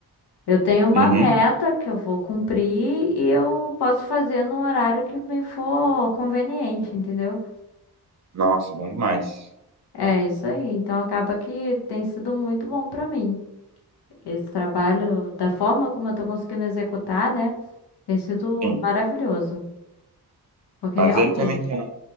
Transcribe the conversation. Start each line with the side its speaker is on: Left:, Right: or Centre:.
Left: Eu tenho uma
Right: Uhum.
Left: meta que eu vou cumprir e eu posso fazer no horário que me for conveniente, entendeu?
Right: Nossa, bom demais.
Left: É isso aí. Então acaba que tem sido muito bom pra mim. Esse trabalho, da forma como eu tô conseguindo executar, né, tem sido
Right: Sim.
Left: maravilhoso. Porque
Right: Mas
Left: realmente.
Right: ele também tem um,